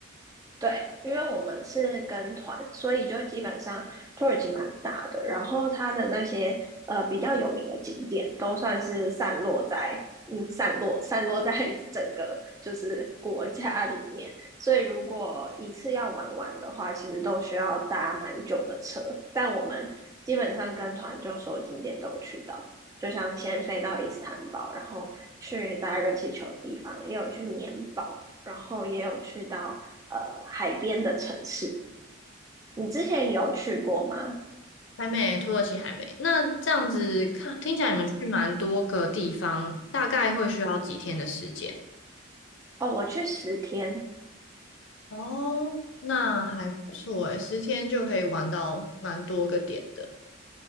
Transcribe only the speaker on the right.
对，因为我们是跟团，所以就基本上土耳其蛮大的，然后它的那些呃比较有名的景点都算是散落在嗯散落散落在 <laughs> 整个就是国家里面，所以如果一次要玩完的话，其实都需要搭蛮久的车，但我们基本上跟团就所有景点都有去到，就像先飞到伊斯坦堡，然后去搭热气球的地方，也有去棉堡。然后也有去到呃海边的城市。你之前有去过吗？
哦，我去十天，